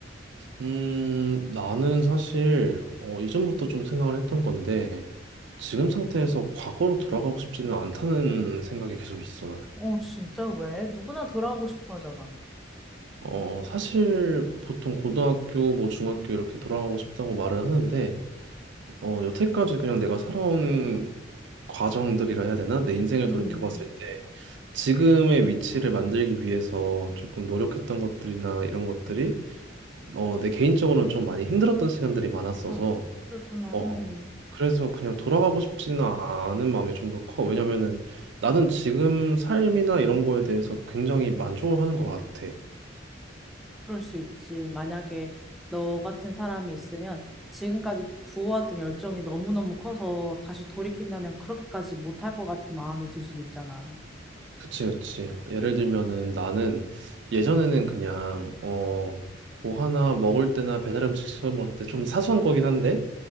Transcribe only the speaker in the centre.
어, 진짜 왜? 누구나 돌아가고 싶어 하잖아.
음,
아, 그랬구나.
음,
그럴 수 있지. 만약에 너 같은 사람이 있으면 지금까지 부어왔던 열정이 너무너무 커서 다시 돌이킨다면 그렇게까지 못할 것 같은 마음이 들 수도 있잖아.